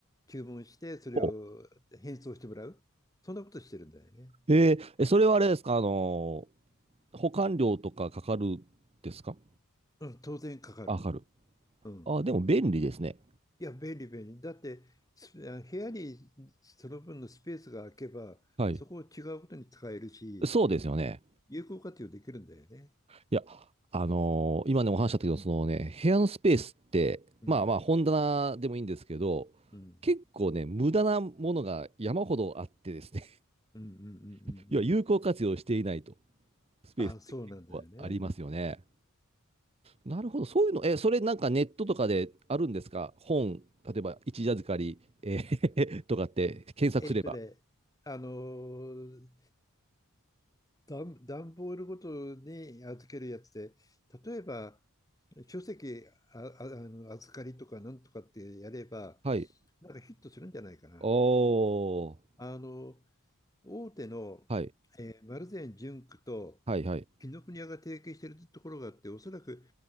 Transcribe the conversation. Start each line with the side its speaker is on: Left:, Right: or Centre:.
Left: 注文して、それを返送してもらう。
Right: ほ
Left: そんなことしてるんだよね。
Right: う。えーえ、それはあれですかあのー保管料とかかかるですか
Left: うん、当然かかる。
Right: あ、かかる。
Left: うん。
Right: あ、でも便利ですね。
Left: いや、便利便利。だって、す部屋にその分のスペースが空けば、
Right: はい。
Left: そこを違うことに使えるし、
Right: そうですよね。
Left: 有効活用できるんだよね。
Right: いや、あのー今ね、お話ししたけど、そのね、部屋のスペースって、
Left: うん、
Right: まあまあ、本棚でもいいんですけど、
Left: うん、
Right: 結構ね、無駄なものが山ほどあってですね、
Left: うん、うん、うん、うんうん。
Right: <laughs> いや、有効活用していないと。スペースって結構ありますよね。
Left: あ、そうなんだよね。
Right: なるほど、そういうの、え、それなんかネットとかであるんですか本、例えば一時預かり、えー <laughs> とかって検索すれば。
Left: えっとね、あのー、段、段ボールごとに預けるやつで、例えば、書籍あ、あ、あの預かりとかなんとかってやれば、
Right: はい。
Left: なんかヒットするんじゃないかな。
Right: おー。
Left: あの、大手の、
Right: はい。
Left: えー丸善純駆と
Right: はい、はい。
Left: 紀ノ国屋が提携しているところがあって、おそらく